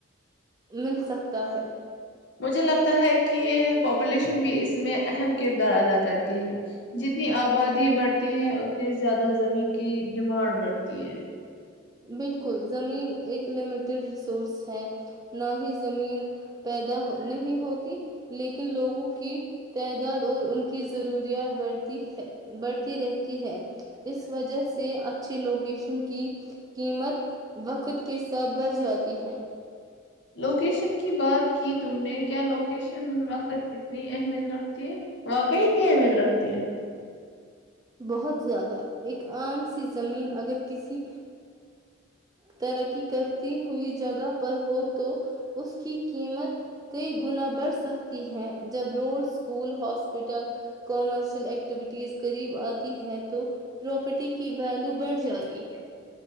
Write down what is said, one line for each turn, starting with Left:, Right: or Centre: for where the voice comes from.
Right: مل سکتا ہے
Left: مجھے لگتا ہے کہ یہ پاپولیشن بھی اس میں اہم کردار ادا کرتی ہے جتنی آبادی بڑھتی ہے اتنی زیادہ زمین کی ڈیمانڈ بڑھتی ہے
Right: بالکل زمین ایک لمیٹڈ ریسورس ہے نہ ہی زمین پیدا نہیں ہوتی لیکن لوگوں کی تعداد اور ان کی ضروریات بڑھتی ہے بڑھتی رہتی ہے اس وجہ سے اچھے لوکیشن کی قیمت وقت کے ساتھ بڑھ جاتی ہے
Left: لوکیشن کی بات کی تم نے کیا لوکیشن وقت اتنی اہمیت رکھتی ہے واقعی اتنی اہمیت رکھتی ہے
Right: بہت زیادہ ایک عام سی زمین اگر کسی ترقی کرتی ہوئی جگہ پر ہو تو اس کی قیمت کئی گنا بڑھ سکتی ہے جب road school hospital commercial activities قریب آتی ہے تو پراپرٹی کی ویلو بڑھ جاتی ہے